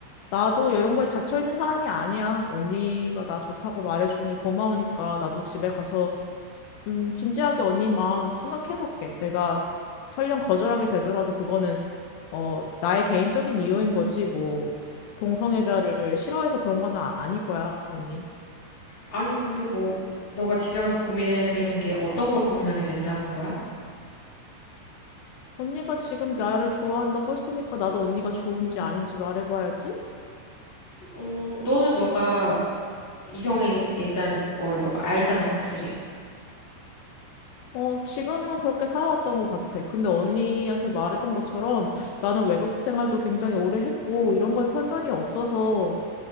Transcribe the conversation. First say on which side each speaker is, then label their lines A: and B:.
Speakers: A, on the left (about 85°); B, on the left (about 40°).
A: 나도 이런 거에 닫혀있는 사람이 아니야. 언니가 나 좋다고 말해주는 게 고마우니까 나도 집에 가서 음, 진지하게 언니 마음 생각해볼게. 내가 설령 거절하게 되더라도 그거는 어, 나의 개인적인 이유인 거지 뭐 동성애자를 싫어해서 그런 건 아닐 거야, 언니.
B: 아니, 근데 뭐, 너가 집에 가서 고민해야 되는 게 어떤 걸 고민하게 된다는 거야?
A: 언니가 지금 나를 좋아한다고 했으니까 나도 언니가 좋은지 아닌지 말해봐야지.
B: 어, 너는 너가 이성애자인 걸 너가 알잖아, 확실히.
A: 어, 지금은 그렇게 살아왔던 것 같아. 근데 언니한테 말했던 것처럼 나는 외국 생활도 굉장히 오래 했고 이런 거에 편견이 없어서